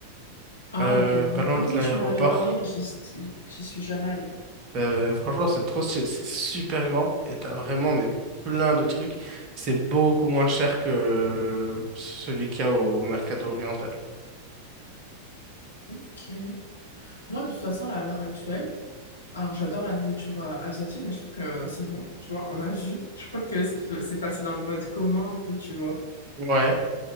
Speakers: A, on the left; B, on the right.
A: Ah,
B: euh,
A: ok, non.
B: pas loin
A: Ah
B: de
A: oui,
B: l'aéroport.
A: tu m'en avais parlé, mais j'y j'y suis jamais allée.
B: Euh, franchement, c'est trop, c'est c'est super grand et t'as vraiment mais, plein de trucs. C'est beaucoup moins cher que euh, celui qu'il y a au Mercado Oriental.
A: Ok. Moi, de toute façon, là, à l'heure actuelle, alors j'adore la nourriture euh, asiatique, mais je trouve que c'est bon. Tu vois, on a vu. Je crois que c'est c'est passé dans le mode commun un peu, tu vois.
B: Ouais.